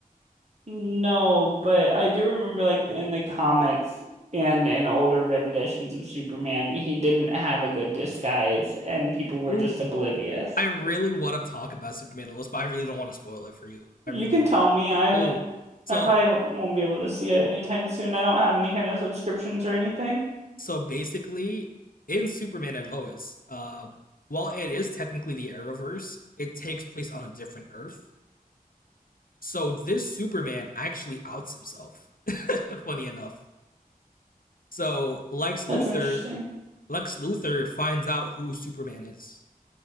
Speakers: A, on the right; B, on the left.
A: No, but I do remember like in the comics and in older renditions of Superman, he didn't have a good disguise and people were
B: Ooh,
A: just oblivious.
B: I really want to talk about Superman and Lois, but I really don't want to spoil it for you. I
A: You
B: really.
A: can tell me, I haven't,
B: Ooh, so
A: I probably won't be able to see it anytime soon. I don't have any kind of subscriptions or anything.
B: so basically, in Superman and Lois, uh, while it is technically the Arrowverse, it takes place on a different Earth. So this Superman actually outs himself. <laughs> Funny enough. So Lex Luthor,
A: That's interesting.
B: Lex Luthor finds out who Superman is.